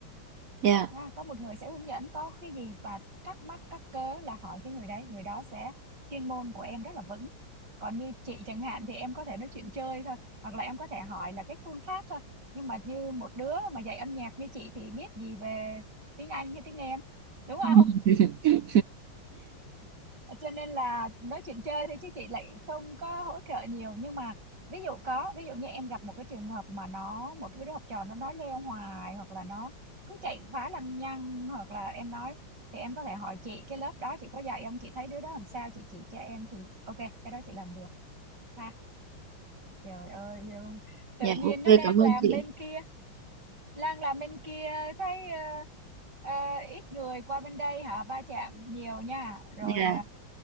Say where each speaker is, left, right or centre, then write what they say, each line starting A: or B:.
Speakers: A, on the right; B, on the right.
A: dạ
B: À, có một người sẽ hướng dẫn có cái gì và thắc mắc các cớ là hỏi cái người đấy người đó sẽ chuyên môn của em rất là vững còn như chị chẳng hạn thì em có thể nói chuyện chơi thôi hoặc là em có thể hỏi là cái phương pháp thôi nhưng mà như một đứa mà dạy âm nhạc như chị thì biết gì về tiếng Anh như tiếng em đúng không
A: <laughs>
B: Ờ, cho nên là nói chuyện chơi thôi chứ chị lại không có hỗ trợ nhiều nhưng mà ví dụ có ví dụ như em gặp một cái trường hợp mà nó một cái đứa học trò nó nói leo hoài hoặc là nó cứ chạy phá lăng nhăng hoặc là em nói thì em có thể hỏi chị cái lớp đó chị có dạy không chị thấy đứa đó làm sao chị chỉ cho em thì ok cái đó chị làm được ha trời ơi ừ. tự
A: dạ
B: nhiên
A: ok
B: nó đang
A: cảm
B: làm
A: ơn chị
B: bên kia đang làm bên kia thấy ờ, ờ, ít người qua bên đây họ va chạm nhiều nha rồi
A: dạ